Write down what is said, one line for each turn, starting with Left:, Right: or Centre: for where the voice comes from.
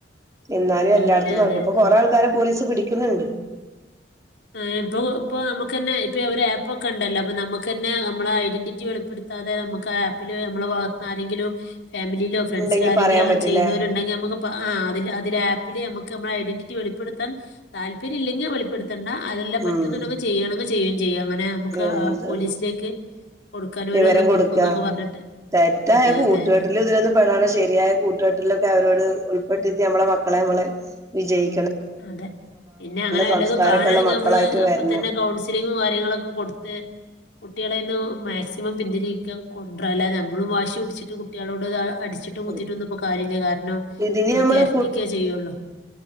Right: എന്നാലും എല്ലായിടത്തും
Left: ഇല്ല
Right: നടക്കും
Left: അതെ
Right: ഇപ്പ
Left: അതെ
Right: കൊറെ
Left: അതെ
Right: ആൾക്കാരെ പോലീസ് പിടി ക്ക് ണ് ണ്ട്
Left: ആ ഇപ്പൊ ഇപ്പൊ നമുക്ക് തന്നെ ഇപ്പൊ ഒരു ആപ്പ് ഒക്കെ ഇണ്ടല്ലോ അപ്പൊ നമുക്കന്നെ നമ്മള ഐഡന്റിറ്റി വെളിപ്പെടുത്താതെ നമുക്ക് ആപ്പില് നമ്മള ഭാഗത്തു ന്ന് ആരെങ്കിലും ഫാമിലിയിലോ ഫ്രണ്ട്സിലോ
Right: ഉണ്ടെങ്കി
Left: ആരെങ്കിലും
Right: പറയാൻ
Left: അങ്ങനെ
Right: പറ്റൂലേ
Left: ചെയ്യുന്നവരു ഉണ്ടെങ്കിൽ നമുക്ക് അതില് അതില് ആപ്പില് നമുക്ക് മ്മളെ ഐഡന്റിറ്റി വെളിപ്പെടുത്താൻ താല്പര്യം ഇല്ലെങ്കിൽ വെളിപ്പെടു ത്തണ്ട അതെല്ലാം പറ്റുന്നുണ്ടെങ്കിൽ
Right: ഉം
Left: ചെയ്യാണെങ്കിൽ ചെയ്യും ചെയ്യാ അങ്ങനെ നമുക്ക്
Right: എന്ത്
Left: ആ പോലീസിലേക്ക് കൊടുക്കാൻ
Right: വിവരം
Left: ഒരു ഒന്ന്
Right: കൊടുക്ക
Left: പൊക്കും എന്നൊക്കെ പറഞ്ഞിട്ട്
Right: തെറ്റായ
Left: അതെ
Right: കൂട്ടുകെട്ടിൽ
Left: അതെ അതെ
Right: ഇതിലൊന്നും പെടാണ്ട ശരിയായ കൂട്ടുകെട്ടിലൊക്കെ അവരോട് ഉൾ പ്പെട്ടിട്ട് നമ്മളെ മക്കളെ നമ്മളെ വിജയി
Left: അതെ പിന്നെ അങ്ങനെ വല്ലതും
Right: സംസ്കാരൊക്കെ
Left: കാണാണെങ്കിൽ
Right: ഉള്ള മക്കളായിട്ട്
Left: നമ്മള് അപ്പ
Right: വരണം
Left: തന്നെ കൗൺസിലിങ്ങും കാര്യങ്ങളൊക്കെ കൊടുത്ത് കുട്ടികളെന്ന് മാക്സിമം പിന്തിരിക്കാൻ കൊണ്ട്രാ അല്ല നമ്മളും വാശി പുടിച്ചിട്ട് കുട്ടിയേളോട് ഇതാ അടിച്ചിട്ടും കുത്തിട്ടൊ
Right: ഉം
Left: ഒന്നും ഇപ്പൊ കാര്യല്ല കാരണം
Right: ഇതിന്
Left: അതൊക്കെ
Right: നമ്മളെ
Left: എരട്ടിക്കെ ചെയ്യുള്ളു